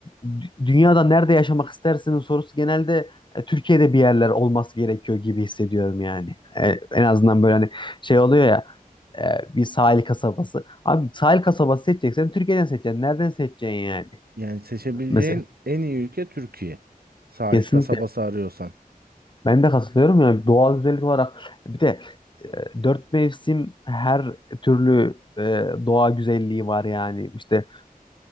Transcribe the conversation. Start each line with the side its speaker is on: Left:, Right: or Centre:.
Left: dü- dünyada nerede yaşamak istersinin sorusu genelde e, Türkiye'de bir yerler olması gerekiyor gibi hissediyorum yani. E, en azından böyle hani şey oluyor ya e, bir sahil kasabası. Abi sahil kasabası seçeceksen Türkiye'den seçeceksin. Nereden seçeceksin yani?
Right: Yani seçebileceğin
Left: Mesela
Right: en iyi ülke Türkiye. Sahil
Left: kesinlikle
Right: kasabası arıyorsan.
Left: ben de katılıyorum yani doğal güzellik olarak E, bir de e, dört mevsim her türlü e, doğa güzelliği var yani işte